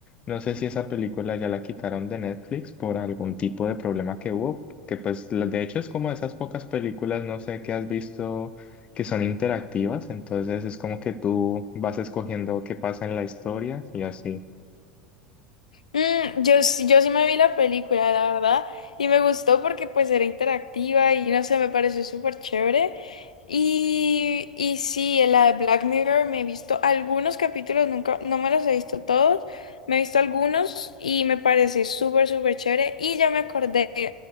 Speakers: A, on the left; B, on the left.
A: no sé si esa película ya la quitaron de Netflix por algún tipo de problema que hubo, que pues la- de hecho es como esas pocas películas, no sé qué has visto que son interactivas, entonces es como que tú vas escogiendo qué pasa en la historia y así.
B: Mm, yo, sí- yo sí me vi la película, la verdad, y me gustó porque pues era interactiva y no sé, me pareció súper chévere. Y, y sí, en la de Black Mirror me he visto algunos capítulos, nunca, no me los he visto todos, me he visto algunos y me parece súper, súper chévere. Y ya me acordé,